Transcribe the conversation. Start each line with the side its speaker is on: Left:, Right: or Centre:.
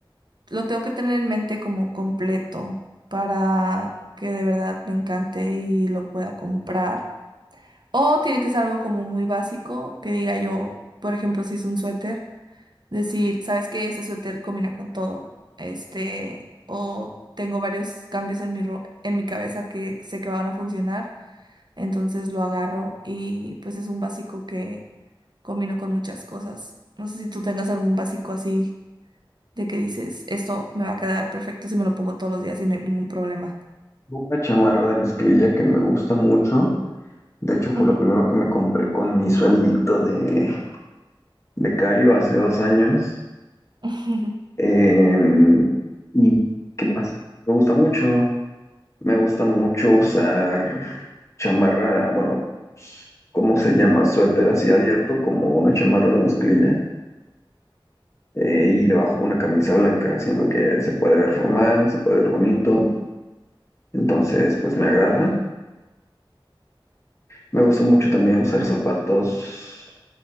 Right: lo tengo que tener en mente como completo para que de verdad me encante y lo pueda comprar. O tiene que ser algo como muy básico, que diga yo, por ejemplo, si es un suéter, decir, ¿sabes qué? Este suéter combina con todo. Este, o tengo varios cambios en mi ro- en mi cabeza que sé que van a funcionar, entonces lo agarro y pues es un básico que combino con muchas cosas. No sé si tú tengas algún básico así de que dices, esto me va a quedar perfecto si me lo pongo todos los días y no hay ningún problema.
Left: Una chamarra de mezclilla que me gusta mucho. De hecho, fue
Right: Ujú.
Left: lo primero que me compré con mi sueldito de becario hace dos años.
Right: <laughs>
Left: Em, ¿y qué más? Me gusta mucho. Me gusta mucho usar chamarra, bueno, ¿cómo se llama? Suéter así abierto, como una chamarra de mezclilla. eh, y debajo una camisa blanca, haciendo que se puede ver formal, se puede ver bonito. Entonces, pues me agrada. Me gusta mucho también usar zapatos.